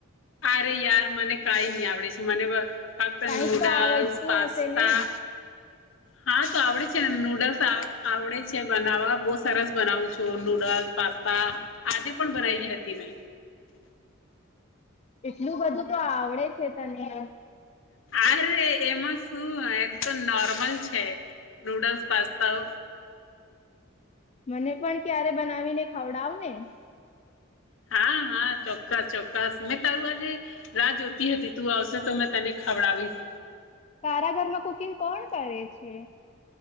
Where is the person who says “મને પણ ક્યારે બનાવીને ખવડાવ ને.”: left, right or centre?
Left